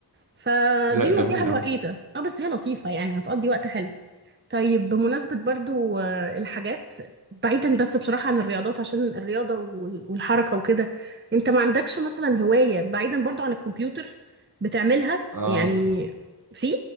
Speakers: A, on the right (about 30°); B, on the right (about 50°).
A: فدي
B: لا جميل
A: النصيحة الوحيدة
B: قوي
A: اه بس هي لطيفة يعني هتقضي وقت حلو طيب بمناسبة برضو آه، الحاجات بعيدا بس بصراحة عن الرياضات عشان الرياضة وال- والحركة وكده انت ما عندكش مثلا هواية بعيدا برضو عن الكمبيوتر بتعملها
B: اه
A: يعني في